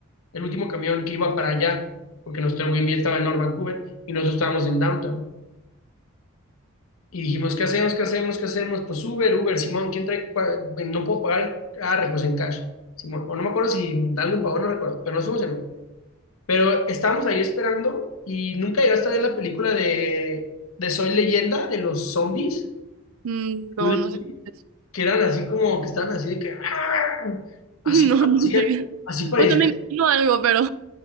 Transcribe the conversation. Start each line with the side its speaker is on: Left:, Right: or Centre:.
Left: el último camión que iba para allá, porque nuestro Airbnb estaba en North Vancouver y nosotros estábamos en Downtown. Y dijimos, ¿qué hacemos? ¿Qué hacemos? ¿Qué hacemos? Pues Uber, Uber, Simón, ¿quién trae? cua- No puedo pagar, ah, pues en cash. Simón, o no me acuerdo si alguien pagó, no recuerdo, pero nos fuimos en Uber. Pero estábamos ahí esperando y nunca llegaste a ver la película de, de Soy Leyenda, de los zombies,
Right: Mm, No,
Left: Will
Right: no
Left: Smith,
Right: sé. qué es.
Left: que eran así como, que estaban así de que, "Ah",
Right: <laughs>
Left: así
Right: No,
Left: parecía,
Right: no sé.
Left: así parecía,
Right: O sea, me imagino algo, pero.